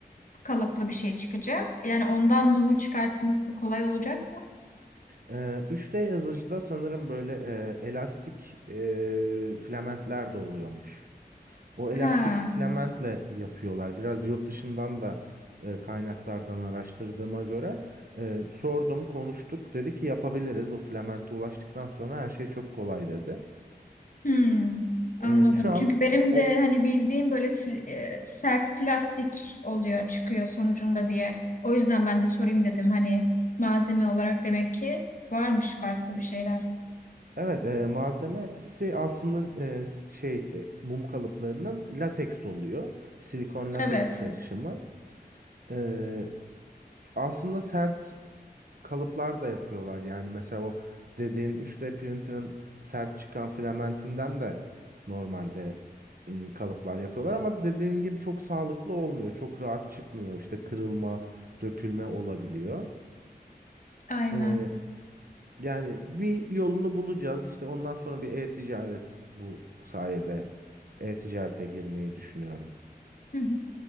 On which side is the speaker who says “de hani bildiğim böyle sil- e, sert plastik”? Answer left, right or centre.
Left